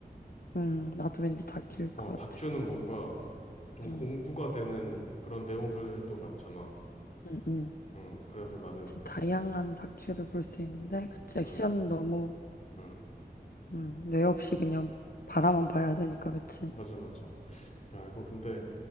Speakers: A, on the left; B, on the left.
A: 음, 나도 왠지 다큐일 것
B: 어, 다큐는
A: 같아.
B: 뭔가 좀 공부가
A: 음,
B: 되는 그런 내용들도 많잖아.
A: 음, 음.
B: 음, 그래서 나는,
A: 이제 다양한 다큐를 볼 수 있는데, 그치, 액션은
B: 음,
A: 너무,
B: 음,
A: 음, 뇌 없이 그냥 바라만 봐야 되니까, 그치.
B: 맞아, 맞아. 야, 이거 근데